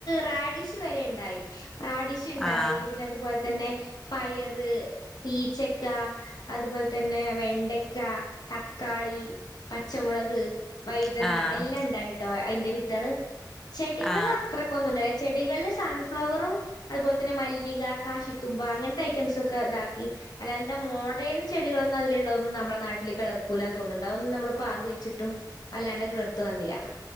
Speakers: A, on the left; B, in the centre.
A: റാഡിഷ് വരെ ഉണ്ടായി റാഡിഷ് ഉണ്ടായി
B: ആഹ്
A: പിന്നെ അതുപോലെ തന്നെ പയറ് പീച്ചക്ക അതുപോലെ തന്നെ വെണ്ട തക്കാളി പച്ചമുളക് വൈതന
B: ആഹ്
A: എല്ലാം ഉണ്ടായിട്ട് കേട്ടോ അതിന്റെ വിത്ത്കള് ചെടികൾ
B: ആഹ്
A: അത്രക്കൊന്നും ഉണ്ട ചെടികള് സൺഫ്ലവറും അതുപോലെ തന്നെ മല്ലിക കാശിത്തുമ്പ അങ്ങനത്തെ ഐറ്റംസ് ഒക്കെ ഇതാക്കി അല്ലാതിന്റെ മോഡേൺ ചെടികളൊന്നും അതിലുള്ളതൊന്നും നമ്മള നാട്ടിൽ കിളിർക്കും ക്കുലാൻ തോന്നുന്നുണ്ട് അതൊന്നും നമ്മള് പാകിവെച്ചിട്ടും അല്ലാണ്ട് കിളിർത്ത് വന്നില്ല